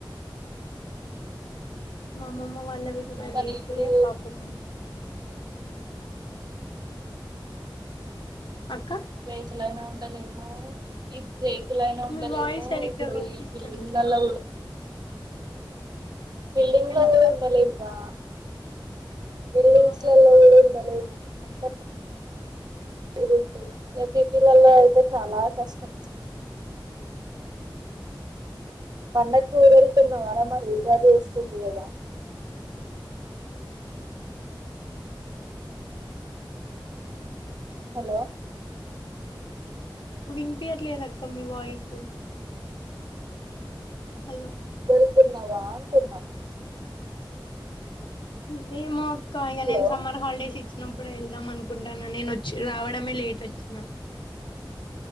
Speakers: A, on the left (about 70°); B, on the right (about 55°).
A: మా అమ్మమ్మ వాళ్ళవి గూడా
B: కానీ
A: రేకులే
B: ఇప్పుడు
A: పాపమ్మ అక్క
B: రేకులయినా ఉండలేము రేకులయినా ఉండలేము
A: మీ వాయిస్ సరిగ్గా
B: ఇప్పుడు
A: వినిపిస్తలేదు
B: ఈ ఇండ్లల్లా బిల్డింగ్
A: ఏమక్క
B: లో కూడ ఉండలేం కా బిల్డింగ్స్
A: అవునక్క
B: లలో కూడ ఉండలేము. అంత మీరుంటే, ఇ సిటీలలో అయితే చాలా కష్టం. పండక్కి ఊరెళ్తున్నావా రా మరి, ఉగాది వస్తుంది కదా! హలో
A: వినిపియట్లేద్ అక్క మీ వాయిసు. హలో
B: పోతున్నావా అంటున్న.
A: నేమో అక్క ఇగ
B: హలో
A: నేను సమ్మర్ హాలిడేస్ ఇచ్చి, వచ్చినప్పుడె వెళ్దాం అనుకుంటాన. నేను వచ్చి రావడమే లేట్ వచ్చిన.